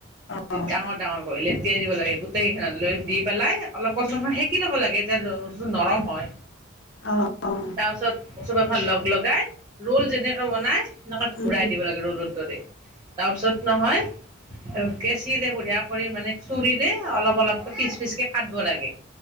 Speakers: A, on the left (about 65°); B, on the right (about 20°).
A: অ',
B: গাঙত ডাঙৰ কৰি লেতেয়াই দিব লাগে গোটেইখন লৈ দি পেলাই অলপ কচুখন সেকি লব লাগে দে দ স্তটো নৰম হয়
A: অ', অ',
B: তাৰপিছত ওচবখন লগ লগাই ৰোল যেনেকৈ বনাই
A: উম,
B: ঘুৰাই দিব লাগে ৰ'লৰ দৰে তাৰ পিছত নহয় আৰু কেঁচিৰে বঢ়িয়া কৰি মানে চুৰিৰে অলপ অলপকৈ পিছ পিচ কাটব লাগে